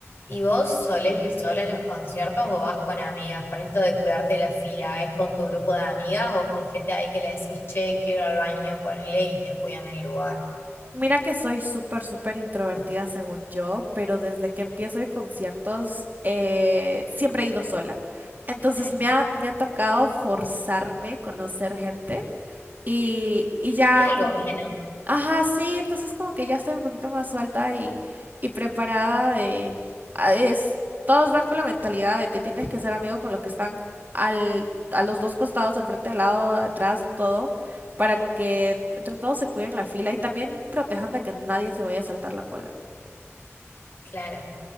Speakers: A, on the left; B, on the right.
A: ¿Y vos solés ir sola a los conciertos o vas con amigas? Con esto de cuidarte la fila, ¿es con tu grupo de amigas o con gente ahí que le decís, che, quiero ir al baño, ponele y te cuidan el lugar?
B: Mira que soy súper, súper introvertida según yo, pero desde que empiezo a ir a conciertos eh, siempre he ido sola. Entonces
A: Claro.
B: me ha, me ha tocado forzarme a conocer gente y, y ya
A: Es algo bueno,
B: Ajá, sí, entonces como que ya estoy un poquito más suelta y, y preparada de... a- Es, todos van con la mentalidad de te tienes que ser amigo con los que están al, a los dos costados, del frente, al lado, atrás, todo, para que entre todos se cuiden la fila y también protejan de que nadie se vaya a saltar la cola.
A: claro.